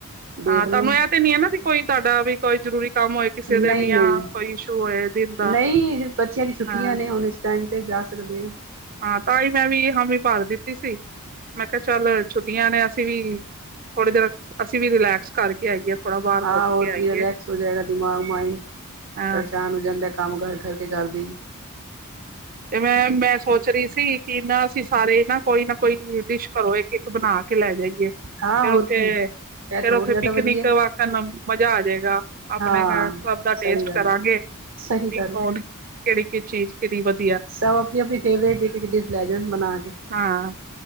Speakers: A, on the right; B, on the right.
A: ਦੇਖ
B: ਹਾਂ, ਤੁਹਾਨੂੰ
A: ਲਓ
B: ਇਹ ਤੇ ਨੀ ਹੈ ਨਾ ਵੀ ਕੋਈ ਤੁਹਾਡਾ ਵੀ ਕੋਈ ਜ਼ਰੂਰੀ ਕੰਮ ਹੋਏ ਕਿਸੇ
A: ਨਹੀਂ,
B: ਦਿਨ ਜਾਂ
A: ਨਹੀਂ,
B: ਕੋਈ ਇਸ਼ੂ ਹੋਏ ਦਿਨ ਦਾ
A: ਨਹੀਂ ਬੱਚਿਆਂ ਦੀ ਛੁੱਟੀਆਂ
B: ਹਾਂ
A: ਨੇ ਹੁਣ ਇਸ ਟਾਈਮ ਜਾ ਸਕਦੇ ਹੇ
B: ਹਾਂ, ਤਾਂ ਹੀ ਮੈਂ ਵੀ ਹਾਮੀ ਭਰ ਦਿੱਤੀ ਸੀ ਮੈਂ ਕਿਹਾ ਚੱਲ ਛੁੱਟੀਆਂ ਨੇ ਅਸੀਂ ਵੀ ਥੋੜੀ ਦੇਰ, ਅਸੀਂ ਵੀ ਰਿਲੈਕਸ ਕਰਕੇ ਆਈਏ ਥੋੜਾ ਬਾਹਰ
A: ਹਾਂ
B: ਘੁੰਮ
A: ਹੋਰ
B: ਕੇ ਆਈਏ
A: ਕੀ ਰਿਲੈਕਸ ਹੋ ਜਾਏਗਾ ਦਿਮਾਗ, ਮਾਇੰਡ
B: ਹਾਂ
A: ਪਰੇਸ਼ਾਨ ਹੋ ਜਾਂਦਾ ਕੰਮ ਕਰ ਕਰਕੇ ਕਰਦੀ
B: ਤੇ ਮੈਂ, ਮੈਂ ਸੋਚ ਰਹੀ ਸੀ ਕਿ ਨਾ ਅਸੀਂ ਸਾਰੇ ਨਾ ਕੋਈ ਨਾ ਕੋਈ ਡਿਸ਼ ਘਰੋ, ਇੱਕ-ਇੱਕ ਬਣਾ ਕੇ ਲੈ ਜਾਈ ਫਿਰ
A: ਹਾਂ ਹੋਰ
B: ਉੱਥੇ,
A: ਕੀ
B: ਫਿਰ
A: ਇਹ ਤੇ ਹੋਰ
B: ਉੱਥੇ
A: ਜ਼ਿਆਦਾ
B: ਪਿਕਨਿਕ
A: ਵਧੀਆ
B: ਵਾਕਨ ਮਜ਼ਾ ਆ ਜਾਏਗਾ ਆਪਣੇ
A: ਹਾਂ
B: ਘਰ ਸਭ ਦਾ ਟੇਸਟ
A: ਸਹੀ ਗੱਲ
B: ਕਰਾਂਗੇ
A: ਹੈ। ਸਹੀ
B: ਵੀ
A: ਗੱਲ
B: ਕੌਣ ਕਿਹੜੀ ਕਿ ਚੀਜ਼ ਕਿਹੜੀ ਵਧ
A: ਸਭ ਆਪਣੀ ਆਪਣੀ ਫੇਵਰੇਟ ਡਿਸ਼ ਲੈ ਜਾਣ ਬਣਾ ਕੇ
B: ਹਾਂ